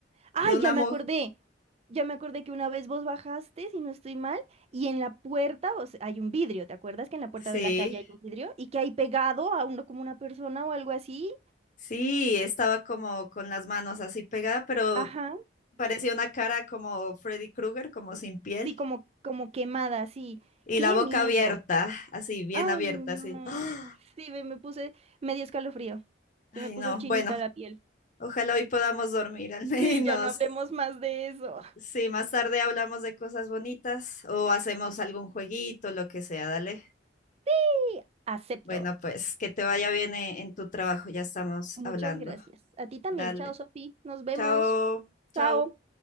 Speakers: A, on the right (about 35°); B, on the left (about 45°).
A: Ay,
B: De una
A: ya me
B: mujer.
A: acordé. Ya me acordé que una vez vos bajaste, si no estoy mal, y en la puerta, o sea, hay un vidrio, ¿te acuerdas que en la puerta
B: Sí,
A: de la calle hay un vidrio y que hay pegado a uno como una persona o algo así?
B: sí, estaba como con las manos así pegada, pero
A: Ajá,
B: parecía una cara como Freddy Krueger, como sin piel.
A: sí, como, como quemada, sí.
B: Y
A: Qué
B: la boca
A: miedo.
B: abierta, así, bien
A: Ay,
B: abierta,
A: no.
B: así. <gasps> ¡Ah!
A: Sí, ve, me puse, me dio escalofrío.
B: Ay,
A: Se me puso
B: no.
A: chinita
B: Bueno,
A: la piel.
B: ojalá hoy podamos dormir al <laughs> menos.
A: Sí, ya no hablemos más de eso.
B: Sí, más tarde hablamos de cosas bonitas o hacemos algún jueguito, lo que sea, dale.
A: Sí, acepto.
B: Bueno, pues que te vaya bien eh, en tu trabajo, ya estamos
A: Muchas
B: hablando.
A: gracias. A ti también.
B: Dale.
A: Chao, Sofi. Nos vemos.
B: Chao, chao.
A: Chao.